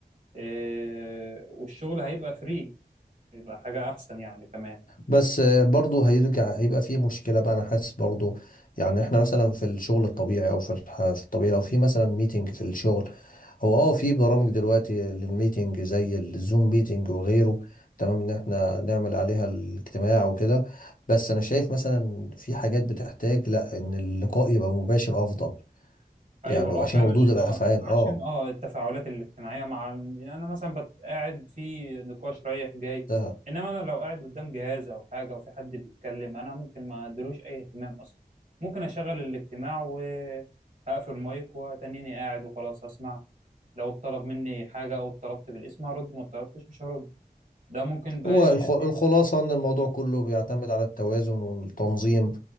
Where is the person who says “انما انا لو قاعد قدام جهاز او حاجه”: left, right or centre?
Right